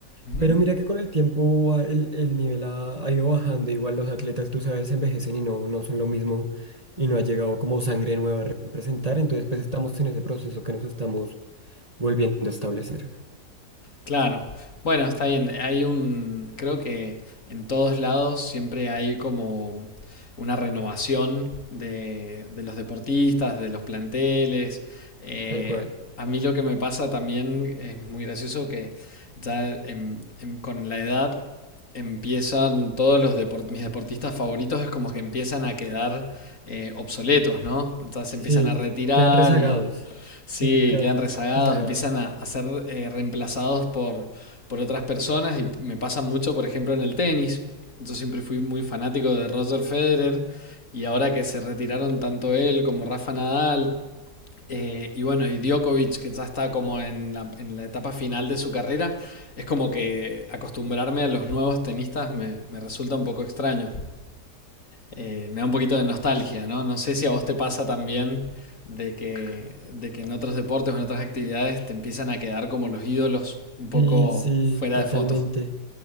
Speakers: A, on the left; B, on the right.
A: Ujú.
B: Pero mira que con el tiempo ah, el, el nivel ha, ha ido bajando. Igual los atletas, tú sabes, envejecen y no, no son lo mismo y no ha llegado como sangre nueva a representar. Entonces, pues estamos en ese proceso que nos estamos volviendo a establecer.
A: Claro. Bueno, está bien. Hay un, creo que en todos lados siempre hay como una renovación de, de los deportistas, de los planteles. Eh,
B: Tal cual.
A: a mí lo que me pasa también es muy gracioso que ya en- en- con la edad empiezan todos los depor- mis deportistas favoritos es como que empiezan a quedar eh, obsoletos, ¿no? Entonces se
B: Sí,
A: empiezan a retirar
B: quedan rezagados.
A: y Sí,
B: Sí, quedan
A: quedan rezagados,
B: rezagados.
A: empiezan a, a ser eh, reemplazados por, por otras personas y me pasa mucho, por ejemplo, en el tenis. Yo siempre fui muy fanático de Roger Federer y ahora que se retiraron tanto él como Rafa Nadal eh, y bueno, y Djokovic, que ya está como en la, en la etapa final de su carrera, es como que acostumbrarme a los nuevos tenistas me, me resulta un poco extraño eh, me da un poquito de nostalgia, ¿no? No sé si a vos te pasa también de que, de que en otros deportes o en otras actividades te empiezan a quedar como los ídolos un poco
B: Sí, sí,
A: fuera
B: totalmente.
A: de fotos.